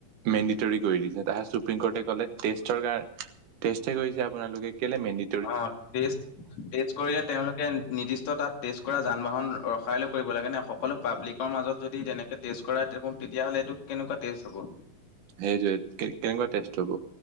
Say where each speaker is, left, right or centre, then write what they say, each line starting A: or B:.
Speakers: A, on the right (about 70°); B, on the left (about 55°).
A: মেণ্ডিটৰী কৰি দিছে। তাহে সুপ্ৰিম কোৰ্টে ক'লে টেষ্টৰ কাৰণে টেষ্টহে কৰিছে আপোনালোকে কেলে মেন্দি
B: অ' টেষ্ট টেষ্ট কৰিলে তেওঁলোকে নিৰ্দিষ্ট তাত টেষ্ট কৰা যান বাহন ৰখাই লৈ কৰিব লাগে নে, সকলো পাব্লিকৰ মাজত যদি তেনেকৈ টেষ্ট কৰা তেতিয়াহ'লে এইটো কেনেকুৱা টেষ্ট হ'ব।
A: সেইটোৱে কেনেকুৱা টেষ্ট হ'ব,